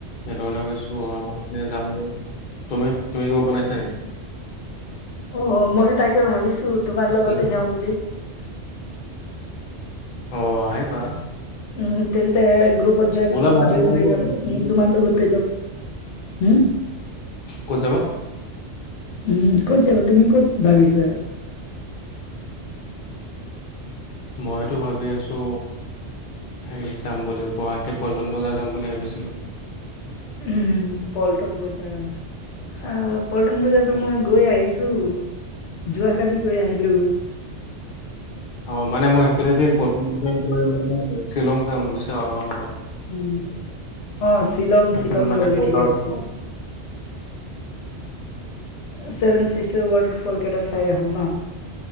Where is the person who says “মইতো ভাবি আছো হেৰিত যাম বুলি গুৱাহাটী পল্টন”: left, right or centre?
Left